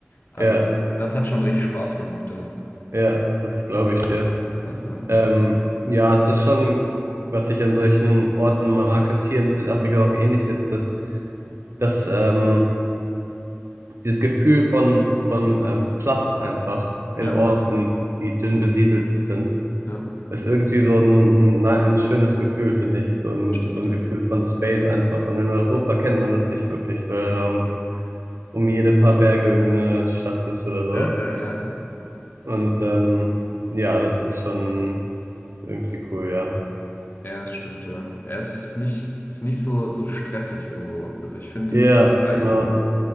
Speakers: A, on the left; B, on the right.
A: Also
B: ja,
A: das, das hat schon richtig Spaß gemacht, ja.
B: ja. Das glaube ich dir.
A: Ja, ja,
B: Ähm, ja, es ist schon, was ich an solchen Orten mag, ist hier in Südafrika auch ähnlich ist, dass, dass ähm, dieses Gefühl von, von ähm, Platz einfach in
A: ja,
B: Orten, die dünn besiedelt sind.
A: ja,
B: ist irgendwie so ein, na- ein schönes Gefühl, finde ich. So ein,
A: stimmt,
B: so ein
A: ja.
B: Gefühl von Space einfach. Und in Europa kennt man das nicht wirklich, weil ähm, um jede paar Berge irgendeine Stadt ist oder so.
A: Ja, ja, ja.
B: Und ähm, ja, das ist schon irgendwie cool, ja.
A: Ja, das stimmt. ja. Er ist nicht, ist nicht so, so stressig irgendwo. Also ich finde,
B: Ja,
A: ja
B: genau,
A: genau, wenn,